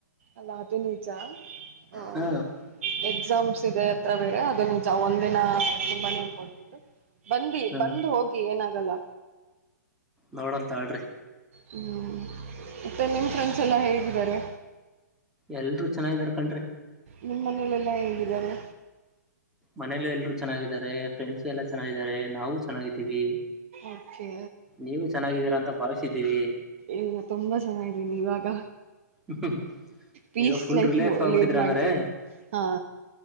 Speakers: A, on the right; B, in the centre.
A: ಇಲ್ಲ ಅದು ನಿಜ ಎಕ್ಸಾಮ್
B: ಹ
A: ಎಕ್ಸಾಮ್ಸ್ ಇದೆ ಹತ್ರ ಬೇರೆ ಅದು ನಿಜ ಒಂದಿನ ತುಂಬಾನೆ ಇಂಪಾರ್ಟೆಂಟ್ ಬಂದಿ
B: ಹ
A: ಬಂದ್ ಹೋಗಿ ಏನಾಗಲ್ಲ
B: ನೋಡೋಣ ತಲ್ರಿ
A: ಹ್ಮ್ ಮತ್ತೆ ನಿಮ್ ಫ್ರೆಂಡ್ಸ್ ಎಲ್ಲ ಹೇಗಿದ್ದಾರೆ
B: ಎಲ್ರು ಚೆನ್ನಾಗಿದಾರೆ ಕಣ್ರೀ
A: ನಿಮ್ಮ ಮನೆಲಿ ಎಲ್ಲಾ ಹೆೇಂಗಿದ್ದಾರೆ
B: ಮನೇಲ್ಲ ಎಲ್ಲರು ಚೆನ್ನಾಗಿದ್ದಾರೆ ಫ್ರೆಂಡ್ಸ ಎಲ್ಲ ಚೆನ್ನಾಗಿದ್ದಾರೆ ನಾವು ಚೆನ್ನಾಗಿದ್ದೀವಿ
A: ಓಕೆ
B: ನೀವು ಚೆನ್ನಾಗಿದ್ದೀರ ಅಂತ ಭಾವಿಸಿದ್ದೀವಿ
A: ಇಲ್ಲ ತುಂಬಾ ಚೆನ್ನ ಇದ್ದೀನಿ ಇವಾಗ
B: ಹ್ಮ
A: ಪೀಸ್
B: ಈವ ಫುಲ್
A: life
B: relief ಆಗ್ಬಿಟ್ಟಿದ್ರ
A: lead
B: ಹಂಗ್ರರೇ
A: ಮಾಡ್ತೇವಿ ಹಾ